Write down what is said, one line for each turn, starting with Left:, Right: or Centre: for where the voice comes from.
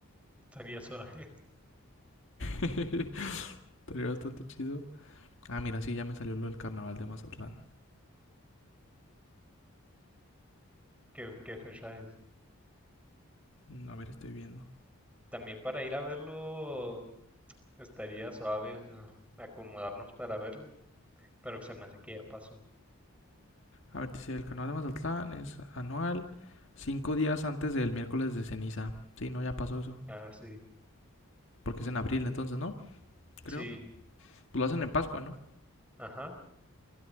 Centre: estaría suave. <laughs>
Left: <laughs> Sí, estaría bastante chido. Ah, mira, sí, ya me salió lo del carnaval de Mazatlán.
Centre: ¿Qué, qué fecha es?
Left: Mm, A ver, estoy viendo.
Centre: También para ir a verlo estaría suave, o sea, acomodarnos para verlo. Pero se me hace que ya pasó.
Left: A ver, dice, el carnaval de Mazatlán es anual, cinco días antes del miércoles de ceniza. Sí, no, ya pasó eso.
Centre: Ah, sí.
Left: Porque es en abril entonces, ¿no? Creo.
Centre: Sí.
Left: Pues lo hacen en Pascua, ¿no?
Centre: Ajá.